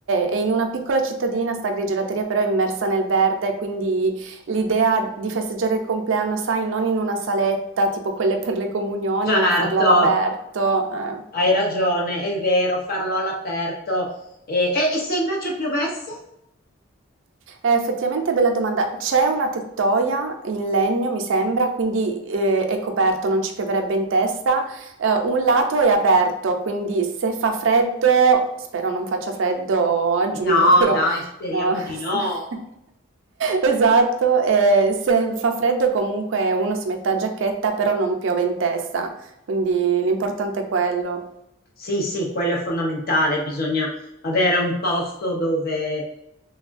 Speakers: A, on the right (about 65°); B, on the left (about 45°).
A: è in una piccola cittadina, 'sta grigielateria, però è immersa nel verde, quindi l'idea di festeggiare il compleanno, sai, non in una saletta tipo quelle per le comunioni,
B: Certo,
A: ma farla all'aperto, ehm
B: hai ragione, è vero, farlo all'aperto. E, e- e se invece piovesse?
A: Eh, effettivamente bella domanda. C'è una tettoia in legno, mi sembra, quindi eh, è coperto, non ci pioverebbe in testa. Eh, un lato è aperto, quindi se fa freddo, spero non faccia freddo a giugno,
B: No,
A: però
B: dai, speriamo
A: no.
B: di no.
A: <laughs> Esatto, eh, se fa freddo comunque uno si mette la giacchetta, però non piove in testa, quindi l'importante è quello.
B: Sì, sì, quello è fondamentale. Bisogna avere un posto dove,